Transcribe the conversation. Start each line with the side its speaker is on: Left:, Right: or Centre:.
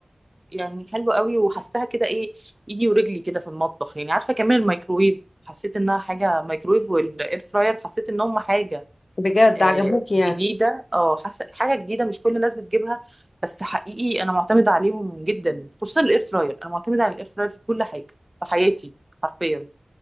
Right: يعني حلوة قوي وحسها كده ايه ايدي ورجلي كده في المطبخ يعني عارفة كمان الميكرويف حسيت انها حاجة مايكرويف والاير فراير حسيت ان هم حاجة
Left: بجد
Right: آه،
Left: عجبوكي
Right: جديده
Left: يعني
Right: اه حاسه حاجه جديده مش كل الناس بتجيبها بس حقيقي انا معتمده عليهم جدا خصوصا الاير فراير انا معتمده على الاير فراير في كل حاجه في حياتي حرفيا